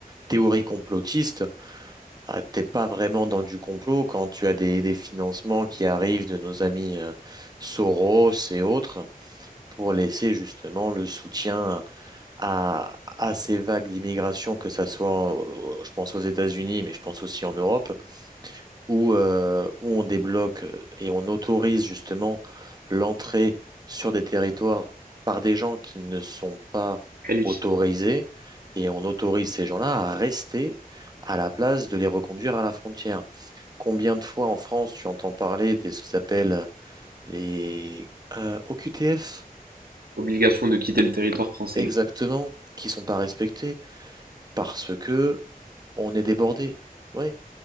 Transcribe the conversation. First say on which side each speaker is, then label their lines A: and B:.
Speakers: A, on the right; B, on the right.
A: théorie complotiste. Ah, t'es pas vraiment dans du complot quand tu as des, des financements qui arrivent de nos amis euh, Soros et autres pour laisser justement le soutien à, à ces vagues d'immigration, que ça soit, en- je pense aux États-Unis, mais je pense aussi en Europe, où, euh, où on débloque euh, et on autorise justement l'entrée sur des territoires par des gens qui ne sont pas
B: qualifie
A: autorisés, et on autorise ces gens-là à rester à la place de les reconduire à la frontière. Combien de fois en France tu entends parler de ce qu'ils appellent euh, les euh, OQTF,
B: obligation de quitter le territoire français.
A: exactement, qui sont pas respectés parce que on est débordé. Ouais,